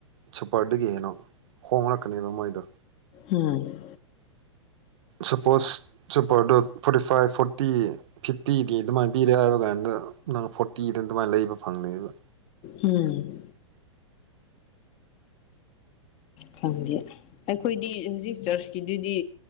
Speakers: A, on the right; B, on the left.
A: ꯁꯨꯄꯔꯗꯒꯤ ꯍꯦꯟꯅ ꯍꯣꯡꯂꯛꯀꯅꯦꯕ ꯃꯣꯏꯗꯣ
B: ꯍꯣꯏ
A: ꯁꯄꯣꯁ ꯁꯨꯄꯔꯗ ꯐꯣꯔꯇꯤ ꯐꯥꯏꯚ ꯐꯣꯔꯇꯤ ꯐꯤꯐꯇꯤꯗꯤ ꯑꯗꯨꯃꯥꯏꯅ ꯄꯤꯔꯦ ꯍꯥꯏꯕ ꯀꯥꯟꯗ ꯅꯪ ꯐꯣꯔꯇꯤꯗ ꯑꯗꯨꯃꯥꯏꯅ ꯂꯩꯕ ꯐꯪꯅꯤꯗ
B: ꯎꯝ ꯈꯪꯗꯦ ꯑꯩꯈꯣꯏꯗꯤ ꯍꯧꯖꯤꯛ ꯆꯔꯆꯀꯤꯗꯨꯗꯤ